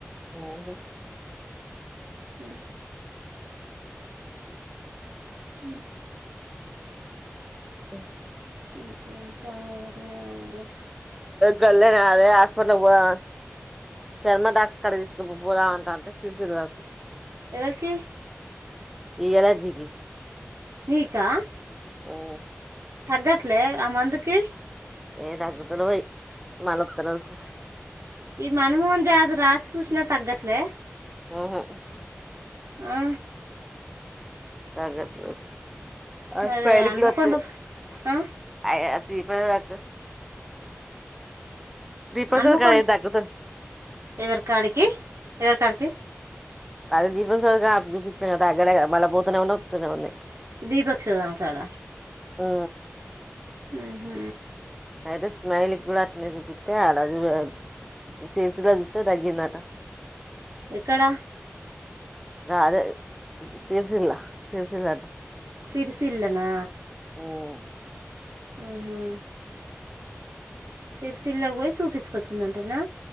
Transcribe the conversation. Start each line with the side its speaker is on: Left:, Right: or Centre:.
Centre: అయిందే
Right: ఉ ఉ
Centre: అ
Right: ఇంకేమ్ చా ఆరువేగా
Centre: కళ్యాణ అదే హాస్పటల్ కు పోదమా చర్మ డాక్టర్ కడకి తీసుకు పోదామ్ అంట అంటే తెలిసింది నాకు
Right: ఎవరికి
Centre: ఈ ఎలర్జీ కి
Right: నీకా
Centre: అఓ
Right: తగట్లే అ మందుకి
Centre: ఏ దాగుతలేవ్ అయ్ మలత గని కుస్
Right: ఈ మన్మోహన్ జదు రాసి చూసినా తగ్గట్లే
Centre: ఓహో
Right: ఆ
Centre: తగట్లదు ఆ
Right: మరి
Centre: ఫైలికలు
Right: హన్మకొండ
Centre: వొచ్చినయ్
Right: ఆ?
Centre: దీపే అత దీపతో
Right: హన్మకొండ
Centre: గదే దగుత
Right: ఎవరి కాడికి ఎవరి కాడికి
Centre: అదిపించ చూపించాను కదా తగలే మళ్ళా పోతనే ఉన్నయ్ అతనే ఉన్నయ్
Right: ద్వి పక్షదన కాడ
Centre: ఓ
Right: ఊహు
Centre: అయితే స్మైల్క్ కూడా అట్నే చూపితే ఆడ ఇగ సేసు చూతేే తగ్గిందట
Right: ఎక్కడ
Centre: అదే సరిసిలా సరిసిలాట
Right: సరిసిల నా
Centre: ఉమ్
Right: ఆహా సిర సిల ఓయి చూపిచ్ కచ్చిందంటనా